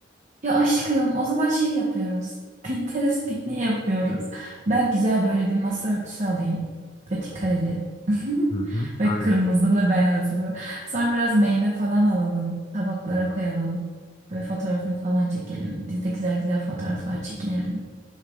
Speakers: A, on the right; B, on the left.
A: Ya aşkım, o zaman şey yapıyoruz. Pinterest pikniği yapıyoruz. Ben güzel böyle bir masa örtüsü alayım. Petit kareli. <laughs>
B: Hı hı, aynen.
A: Ve kırmızılı beyazlı. Sonra biraz meyve falan alalım. Tabaklara koyalım. Böyle fotoğrafını falan çekelim. Biz de güzel güzel fotoğraflar çekinelim.